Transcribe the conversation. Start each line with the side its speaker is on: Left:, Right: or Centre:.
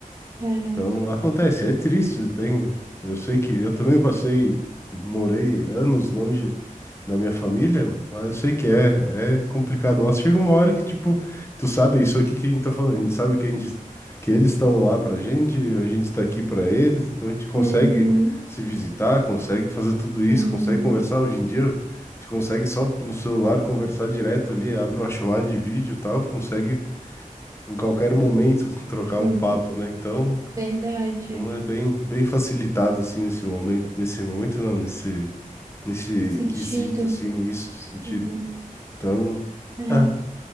Right: é.
Left: Então acontece, é triste, tem. Eu sei que eu também passei, morei anos longe da minha família, mas eu sei que é, é complicado. Mas chega uma hora que, tipo, tu sabe isso aqui que a gente tá falando, a gente sabe que a gente, que eles estão lá pra gente, a gente tá aqui pra eles, então a gente consegue
Right: Uhum.
Left: se visitar, consegue fazer tudo isso,
Right: Uhum,
Left: consegue conversar. Hoje em dia, a gente consegue só no celular conversar direto ali, abre uma chamada de vídeo e tal, consegue em qualquer momento trocar
Right: uhum.
Left: um papo, né? Então.
Right: Verdade.
Left: Então é bem, bem facilitado assim nesse momento, nesse momento não, nesse nesse
Right: Sentido.
Left: quesito assim, isso sentido.
Right: Uhum.
Left: Então,
Right: É,
Left: ah